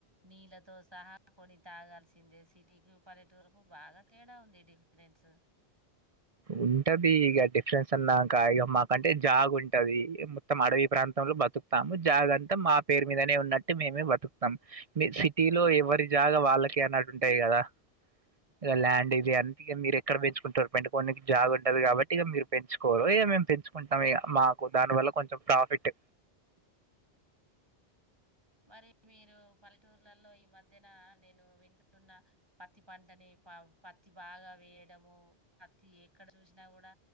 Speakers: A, on the right; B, on the right.
A: నీళ్ళతో సహా కొని తాగాల్సి సిందే. సిటీకి పల్లెటూరుకు బాగా తేడా ఉంది డిఫరెన్స్
B: ఉంటది ఇగ డిఫ్ ఫ్రెన్స్ అన్నాక ఇగ మాకంటే జాగ్ ఉంటంది. తం అడవి ప్రాన్ తంలొ బతుకుతాము జాగ అంతా మా పేరు మీదనే ఉన్నట్టు మేమే బతుకుతాం. మీ సిటీలో ఎవరి జాగ వాళ్ళకి అన్నట్టు ఉంటాయి కదా, ఇగ ల్యాండ్ ఇది అని ఇగ మీరు ఎక్కడ పెంచుకుంటారు పెంట పోన్నికి జాగ ఉంటది కాబట్టి ఇగ మీరు పెంచుకోరు ఇగ మేము పెంచుకుంటాం ఇగ మాకు దాని
A: ఆ!
B: వల్ల కొంచెం ప్రాఫిట్.
A: మరి మీరు పల్లెటూర్లలో ఈ మధ్యన నేను వింటువున్న పత్తి పంటని ఫా పత్తి బాగా వేయడము అత్తి ఎక్కడ చూసినా కూడా